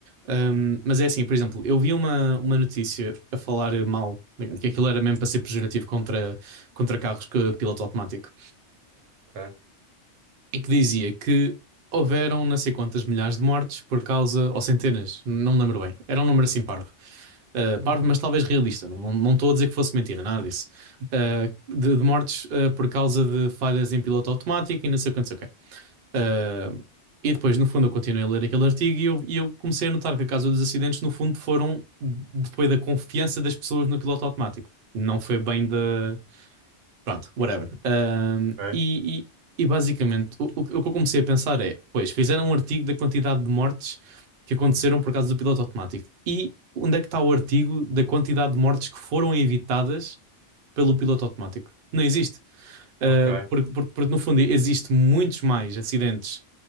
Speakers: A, on the right; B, on the right.
A: Ahm, mas é assim, por exemplo, eu vi uma, uma notícia a falar mal, que aquilo era mesmo para ser pejorativo contra, contra carros que piloto automático
B: Ok,
A: e que dizia que houveram não sei quantas milhares de mortes por causa, ou centenas, não me lembro bem. Era um número assim parvo. Uh,
B: uhum,
A: parvo, mas talvez realista. Não, não, não estou a dizer que fosse mentira, nada disso. Uh, de, de mortes uh, por causa de falhas em piloto automático e não sei o que, não sei o quê. Uh, e depois, no fundo, eu continuei a ler aquele artigo e eu, e eu comecei a notar que a causa dos acidentes, no fundo, foram depois da confiança das pessoas no piloto automático. Não foi bem da, Pronto, whatever. Ahm,
B: ok,
A: e, e- e basicamente o, o- o que eu comecei a pensar é: pois, fizeram um artigo da quantidade de mortes que aconteceram por causa do piloto automático. E onde é que está o artigo da quantidade de mortes que foram evitadas pelo piloto automático? Não existe. Ah,
B: ok,
A: porque, porque- porque, no fundo existe muitos mais acidentes